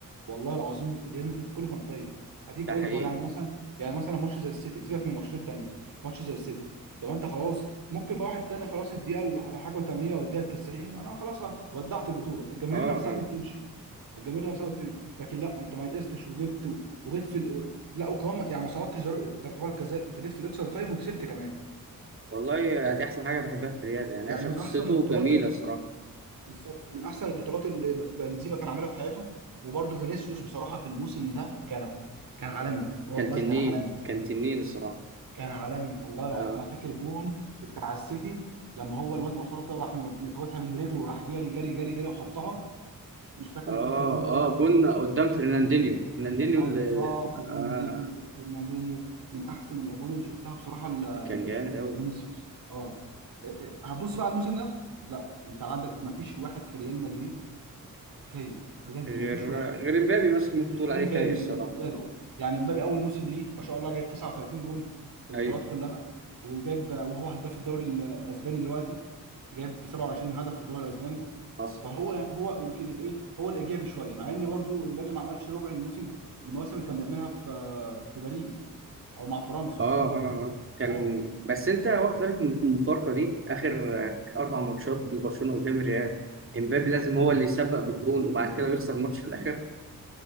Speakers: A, on the right; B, on the right.
A: والله العظيم ريال مدريد كله كان فايق اديك
B: ده
A: قلت
B: حقيقي
A: اهو يعني مثلا يعني مثلا ماتش زي السيتي سيبك من الماتشات التانيه ماتش زي السيتي طب انت خلاص ممكن بقى واحد تاني خلاص الدقيقه الحاجه 80 ولا الدقيقه 90 انا خلاص ودعت البطوله الجماهير
B: اه
A: نفسها
B: اه
A: قامت تمشي الجماهير نفسها قامت تمشي لكن لا انت ما يئستش وجبت و- وجيت في ال... لا وكمان يعني ما صعدتش در- ضربات جزاء انت جيت في الاكسترا تايم وكسبت كمان
B: والله دي احسن حاجه بحبها في الرياضه يعني
A: يعني
B: انا شخصيته
A: من احسن البطولات
B: جميله الصراحه
A: بالظبط من احسن البطولات اللي ب- بنزيما كان عاملها في حياته وبرده فينيسيوس بصراحه في الموسم ده كان كان عالمي والله
B: كان تنين
A: كان عالمي
B: كان تنين الصراحه
A: كان عالمي والله العظيم
B: اه
A: انا فاكر جون بتاع السيتي لما هو الواد وصله كده وراح م- مفوتها من رجله وراح جاري جاري جاري جاري وحطها مش فاكر
B: اه
A: انت فاكر الجون ده ولا
B: اه
A: لا
B: جون قدام
A: الجون
B: فرناندينيو
A: ده
B: فرناندينيو
A: اه
B: اللي
A: بالظبط فرناندي-
B: آه
A: فن- فرناندينيو من احسن الاجوان اللي شفتها بصراحه ل-
B: كان
A: ل-
B: جامد قوي
A: لفينيسيوس اه إيه- إيه، هتبص بقى على الموسم ده لا انت عندك مفيش واحد في ريال مدريد فيا بجد
B: غير
A: ما فيش واحد
B: غير امبابي مثلا ممكن
A: غير
B: تقول عليه
A: مبابي
B: فايق الصراحه
A: مبابي أه. يعني مبابي اول موسم ليه ما شاء الله جايب 39 جون في البطولات
B: ايوه
A: كلها وجايب وهو هداف الدوري الاسباني دلوقتي جايب 27 هدف في الدوري الاسباني
B: حصل
A: فهو يعني هو يمكن ايه هو الايجابي شويه مع ان برضو مبابي ما عملش ربع الموسم المواسم اللي كان بيعملها في في باريس او مع فرنسا
B: اه اه آه.
A: بس
B: كان
A: اه
B: بس انت واخد بالك من المفارقه دي اخر آه، اربع ماتشات لبرشلونه قدام الريال امبابي لازم
A: ايوه
B: هو اللي يسبق بالجول وبعد كده بيخسر ماتش في الاخر